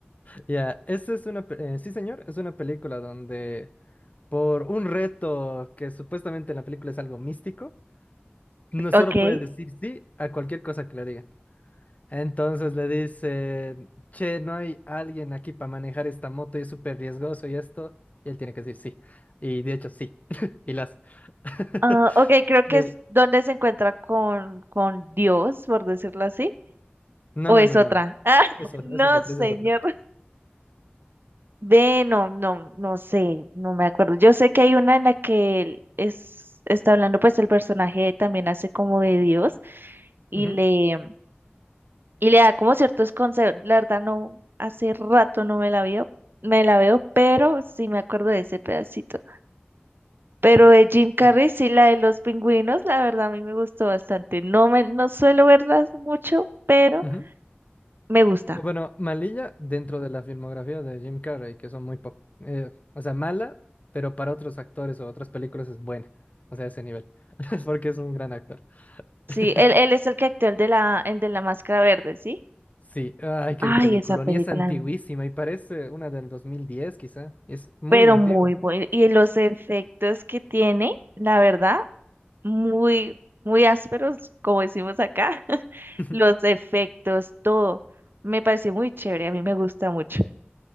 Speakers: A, on the left; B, on the right.
A: ya, esa es una, pe- eh, sí, señor, es una película donde por un reto que supuestamente en la película es algo místico, no
B: Ah,
A: solo
B: ok.
A: puede decir sí a cualquier cosa que le digan. Entonces le dicen, che, no hay alguien aquí para manejar esta moto y es súper riesgoso y esto, y él tiene que decir sí. Y de hecho sí, <laughs> y lo hace. <laughs>
B: Ah, ok, creo que
A: Eh,
B: es donde se encuentra con, con Dios, por decirlo así.
A: no,
B: ¿O
A: no,
B: es
A: no,
B: otra?
A: no, no.
B: Ah, <laughs>
A: Eso,
B: no,
A: eso es otra,
B: señor.
A: eso es otra.
B: Ve, no, no, no sé, no me acuerdo. Yo sé que hay una en la que él es, está hablando, pues el personaje también hace como de Dios y
A: Ujú,
B: le, y le da como ciertos consejos. La verdad, no, hace rato no me la veo, me la veo, pero sí me acuerdo de ese pedacito. Pero de Jim Carrey,
A: sí.
B: sí, la de los pingüinos, la verdad a mí me gustó bastante. No me, no suelo verlas mucho, pero
A: Ujú.
B: me gusta.
A: Bueno, malilla dentro de la filmografía de Jim Carrey, que son muy po- eh, o sea, mala, pero para otros actores o otras películas es buena. O sea, ese nivel. <laughs> Porque es un gran actor.
B: Sí,
A: <laughs>
B: él, él es el que actúa el de la, el de la máscara verde, ¿sí?
A: Sí, ay, qué
B: Ay,
A: película.
B: esa película,
A: Ni es antiguísima y parece una del 2010 quizá. Es muy
B: pero
A: antigua.
B: muy buena. Y los efectos que tiene, la verdad, muy, muy ásperos, como decimos acá, <laughs>
A: <laughs>
B: los efectos, todo. Me pareció muy chévere, a mí me gusta mucho.